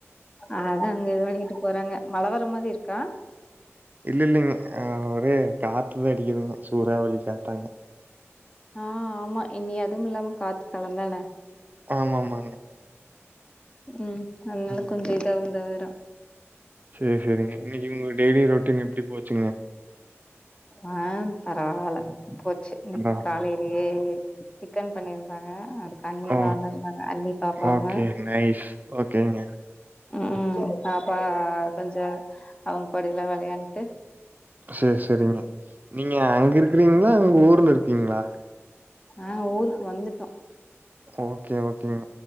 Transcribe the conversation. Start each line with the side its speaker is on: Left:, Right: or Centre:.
Left: அது அங்க இது பண்ணிட்டு போறாங்க மழை வர மாதிரி இருக்கா
Right: இல்ல இல்லிங்க அ ஒரே காத்து தா அடிக்குதுங்க சூறாவளி காத் தாங்க
Left: ஆ ஆமா இனி அதுவு இல்லாம காத்து காலம்ந்தான
Right: ஆமா ஆமாங்க
Left: ம் அதுனால
Right: ம்.
Left: கொஞ்சோ இதாவு தவிர
Right: சேர் சேரிங்க இன்னைக்கு உங்க டெய்லி ரொட்டீன் எப்டி போச்சுங்க
Left: ஆ பரவால்ல போச்சு இன்னைக்கு
Right: அதா
Left: காலையிலயே சிக்கன் பன்னிருந் தாங்க அதுக்கு அண்ணி
Right: ஓ
Left: எல்லா வந்துருந்தாங்க அண்ணி பாப்பாங்க
Right: ஓகே நைஸ். ஓகேங்க.
Left: ம் ம் பாப்பா கொஞ்சோ அவங் கூடைலா விளையான்ட்டு
Right: சேர் செரிங்க நீங்க அங்க இருக்கிறீங்களா உங் ஊர்ல இருக்கீங்களா
Left: ஆ ஊருக்கு வந்துட்டோ
Right: ஓகே ஓகேங்க.